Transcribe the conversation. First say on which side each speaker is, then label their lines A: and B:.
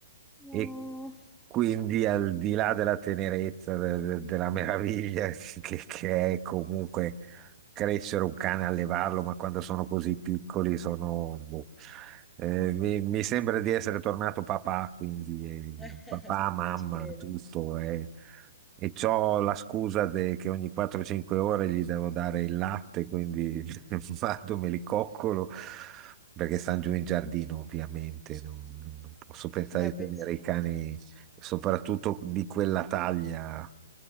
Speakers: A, in the centre; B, on the right (about 25°).
A: no.
B: e quindi al di là della tenerezza, de- de- della meraviglia <laughs> che, che è comunque crescere un cane, allevarlo, ma quando sono così piccoli sono... boh. Eh, mi, mi sembra di essere tornato papà, quindi eh,
A: <laughs>
B: papà, mamma,
A: Ci credo.
B: tutto. eh. E c'ho la scusa de- che ogni 4-5 ore gli devo dare il latte, quindi <laughs> vado, me li coccolo, perché stanno giù in giardino, ovviamente. Non, non posso pensare
A: Eh
B: di tenere
A: beh, sì.
B: i cani
A: <laughs>
B: soprattutto di quella taglia.